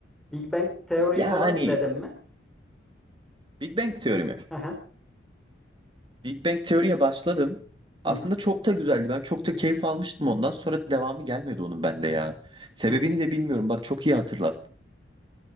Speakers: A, in the centre; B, on the right.
A: Big Bang teoriyi
B: Yani
A: falan izledin mi?
B: Big Bang teorimi.
A: Hı hı.
B: Big Bang teoriye başladım.
A: Hı
B: Aslında
A: hı.
B: çok da güzeldi. Ben çok da keyif almıştım ondan sonra devamı gelmedi onun bende ya. Sebebini
A: Hı.
B: de bilmiyorum. Bak çok iyi hatırlattın.